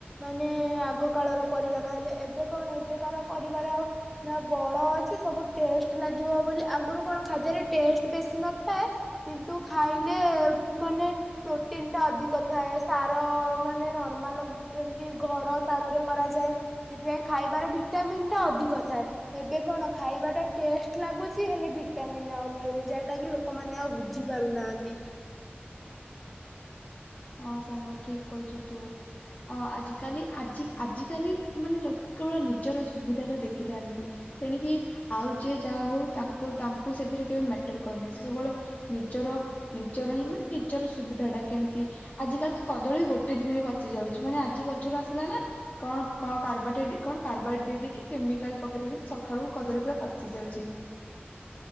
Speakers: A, in the centre; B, on the left.
A: ମାନେ ଆଗ କାଳର ପରିବା ଖାଇଲେ ଏବେ କଣ ଏବେକାର ପରିବାର ଆଉ କ ନା ବଳ ଅଛି ସବୁ ଟେଷ୍ଟ ଲାଗିବ ବୋଲି ଆଗରୁ କଣ ଖାଦ୍ୟରେ ଟେଷ୍ଟ ବେଶୀ ନଥାଏ କିନ୍ତୁ ଖାଇଲେ ମାନେ ପ୍ରୋଟିନ୍ଟା ଅଧିକ ଥାଏ ସାର ମାନେ ନର୍ମାଲ ଏମିତି ଘର ସାରରେ କରାଯାଏ ସେଥିପାଇଁ ଖାଇବାରେ ଭିଟାମିନ୍ ଟା ଅଧିକ ଥାଏ। ଏବେ କଣ ଖାଇବା ଟା ଟେଷ୍ଟ ଲାଗୁଛି ହେଲେ ଭିଟାମିନ ମିଳୁନି ଯାଉଟା କି ଲୋକମାନେ ଆଉ ବୁଝି ପାରୁନାହାନ୍ତି।
B: ହଁ ସାଙ୍ଗ ଠିକ କହିଛୁ ତୁ ଆଜିକାଲି ଆଜି ଆଜିକାଲି ମାନେ ଲୋକ କେବଳ ନିଜର ସୁବିଧା ଟା ଦେଖିଥାନ୍ତି ତେଣିକି ଆଉ ଯିଏ ଯାହା ହଉ ତାଙ୍କୁ ତାଙ୍କୁ ସେଥିରେ କେବେ ମ୍ୟାଟର କରେନାହିଁ ସେ ସବୁବେଳେ ନିଜର ନିଜର ହିଁ ମାନେ ନିଜର ସୁବିଧା ଟା କେମତି ଆଜି କାଲି ତ କଦଳୀ ଗୋଟେ ଦିନରେ ପାଚି ଯାଉଛି ମାନେ ଆଜି ଗଛରୁ ଆସିଲା ନା କଣ କଣ କାର୍ କଣ କାର୍ବାଇଡ୍ ଦେଇକି କେମିକାଲ ପକେଇ ଦଉଛନ୍ତି ସକାଳୁ କଦଳୀ ପୁରା ପାଚି ଯାଉଛି।